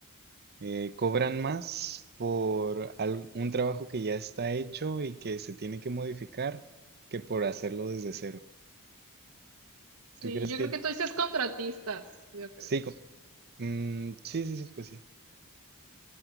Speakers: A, on the right; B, on the right.
A: eh, cobran más por al- un trabajo que ya está hecho y que se tiene que modificar que por hacerlo desde cero.
B: Sí,
A: ¿Tú crees
B: yo
A: que
B: creo que tú dices contratistas, yo creo.
A: sí? co- mm, sí, sí, sí, pues sí.